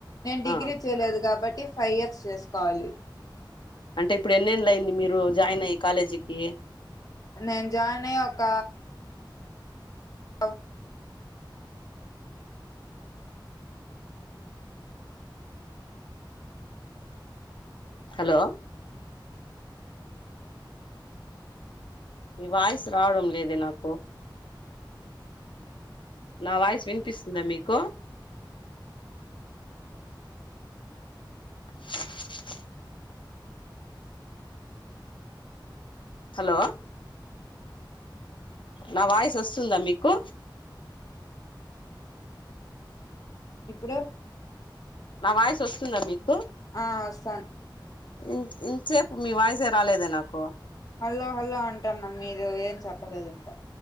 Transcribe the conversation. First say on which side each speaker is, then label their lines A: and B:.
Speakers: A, on the left; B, on the left.
A: నేను డిగ్రీ
B: ఆ
A: చేయలేదు కాబట్టి సర్టిఫై ఫైవ్ ఇయర్స్ చేసుకోవాలి
B: అంటే ఇప్పుడు ఎన్నెళ్ళయ్యింది మీరు జాయిన్ అయ్యి కాలేజీకి
A: నేను జాయిన్ అయ్యి ఒక ఆ <inaudible>
B: హలో ఈ వాయిస్ రావడం లేదే నాకు నా వాయిస్ వినిపిస్తుందా మీకు <inaudible> హలో నా వాయిస్ వస్తుందా మీకు
A: ఇప్పుడు
B: నా వాయిస్ వస్తుందా మీకు
A: ఆ వస్తాంది
B: ఇ ఇంతసేపు మీ వాయసే రాలేదే నాకు
A: హలో హలో అంటన్న మీరు ఏం చెప్పలేదు ఇంకా